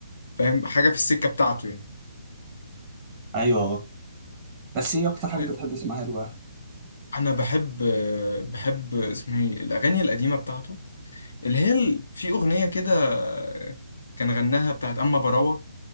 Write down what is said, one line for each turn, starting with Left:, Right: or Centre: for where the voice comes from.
Left: فاهم حاجة في السكة بتاعته يعني
Right: ايوه بس ايه اكتر حاجه
Left: آه،
Right: انت بتحب تسمعها له بقى
Left: انا بحب آه، بحب اسمه ايه الاغاني القديمه بتاعته اللي هي ال- في اغنيه كده آه، كان غناها بتاعت اما براوه